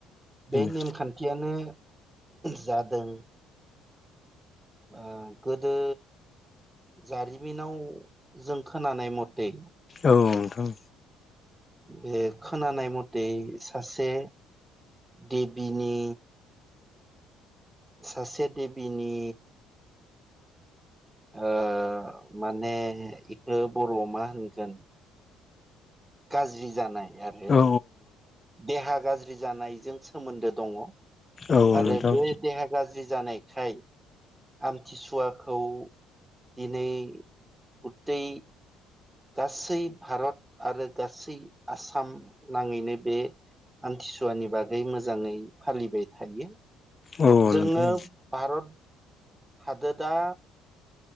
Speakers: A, on the left; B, on the right.
A: बेनो
B: बे नेमखान्थियानो जादों ओ गोदो जारिमिनाव जों खोनानाय मते
A: औ नोंथां।
B: बे खोनानाय मथे सासे देबिनि सासे देबिनि ओ माने इखो बर'आव मा होनगोन गाज्रि जानाय आरो
A: औ
B: देहा गाज्रि जानायजों सोमोन्दो दङ।
A: औ औ
B: आरो
A: नोंथां
B: बे देहा गाज्रि जानायखाय आमथिसुवा खौ दिनै गुतै गासै भारत आरो गासै आसाम नाङैनो बे आमथिसुवानि बागै मोजाङै फालिबाय थायो।
A: औ
B: जोङो
A: नोंथां औ
B: भारत हादोदा